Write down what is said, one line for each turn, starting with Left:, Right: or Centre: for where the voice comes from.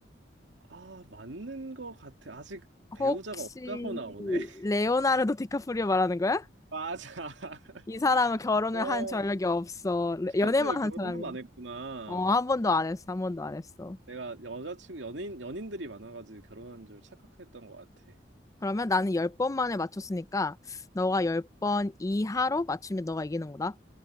Right: 아, 맞는 것 같아. 아직 배우자가
Left: 혹시
Right: 없다고 나오네. <laughs>
Left: 레오나르도 디카프리오 말하는 거야?
Right: 맞아. <laughs>
Left: 이 사람은 결혼을
Right: 어.
Left: 한 전력이
Right: 어,
Left: 없어.
Right: 디카프리오가
Left: 연애만
Right: 결혼
Left: 한 사람이야.
Right: 한 번도 안 했구나.
Left: 어, 한 번도 안 했어. 한 번도 안 했어.
Right: 내가 여자친구, 연인, 연인들이 많아가지고 결혼한 줄 착각했던 것 같아.
Left: 그러면 나는 열 번 만에 맞췄으니까 너가 열 번 이하로 맞추면 너가 이기는 거다.